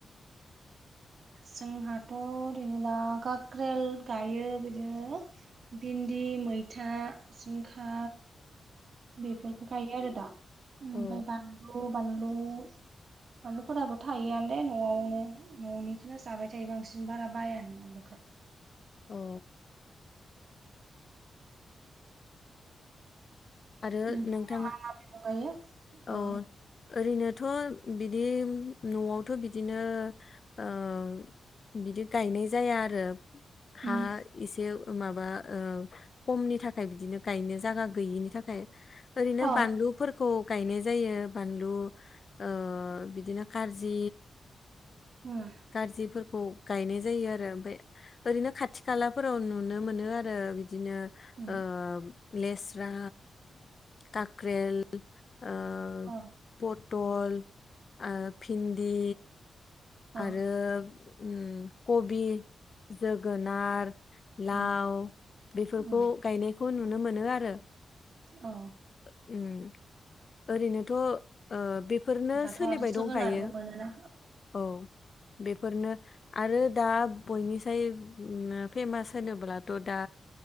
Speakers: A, on the left; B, on the right.
A: <inaudible>
B: जोंहाथ' ओरैनो दा गाक्रेल गायो बिदिनो भिन्दि, मैथा, जिंखा बेफोरखौ गायो आरो दा। ओमफाय
A: औ
B: बानलु बानलु बानलुफोराबो थायोआनो दे न'आवनो। न'निखोनो जाबाय थायो बांसिन बारा बायानो बानलुखो।
A: औ। आरो
B: नोंथांमोना
A: नोंथाङा
B: मा मा मैगं गायो अ
A: औ । ओरैनोथ' बिदि न'आवथ' बिदिनो ओ बिदि गायनाय जाया आरो
B: उम
A: हा एसे माबा ओ खमनि थाखाय बिदिनो गायनो जागा गैयिनि थाखाय ओरैनो
B: अ
A: बानलुफोरखौ गायनाय जायो। बानलु ओ बिदिनो कार्जि
B: उमह।
A: कार्जिफोरखौ गायनाय जायो आरो। ओमफाय ओरैनो खाथि खालाफोराव नुनो मोनो आरो बिदिनो
B: उम
A: ओ लेस्रा, काक्रेल ओ
B: औ।
A: पथल, ओ भिन्दि
B: अ
A: आरो
B: उम
A: उम कबि जोगोनार, लाव
B: उम
A: बेफोरखौ
B: उम
A: गायनायखौ नुनो मोनो आरो।
B: अ
A: ओ उम ओरैनोथ' ओ बे फोरनो
B: दाथ'
A: सोलिबाय
B: आरो जोगोनारबो
A: दंखायो।
B: मोनोना
A: औ बेफोरनो आरो दा बयनिसाय उम फेमास होनोब्लाथ' दा